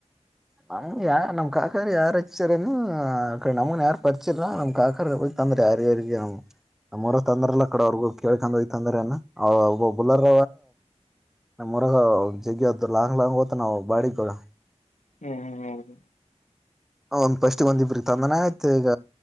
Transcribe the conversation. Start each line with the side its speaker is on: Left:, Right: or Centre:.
Centre: ನಮ್ ಯ ನಮ್ ಕಾಕಾರ್ ಯಾರ ಹಚ್ಚಾರನು ನಮನ್ ಯಾರು ಪರಿಚಿಲ್ಲ ನಮ್ ಕಾಕ ಗತಂದ್ರ ಯಾರ ಯಾರಿಗೆ ನಮ್ಮ್ರ ತಂದಲ್ಲ ಕಡೆ ಅವ್ರಗೋಗ ಕಳ್ಕೊಂಡು ಹೋಗ್ತಂದ್ರಲ್ಲ ಹ ಬಲರ್ ನಾಮರಗ ಲಾ ಲಾಂಗ್ತ ನಾವು ಬಾಡಿ ಕಡ
Left: ಹ್ಮ್ ಹ್ಮ ಹೌದು
Centre: ಹ ಫಸ್ಟ್ ಬಂದಿಬ್ಬರು ತಂದನ ಆಯ್ತು ಈಗ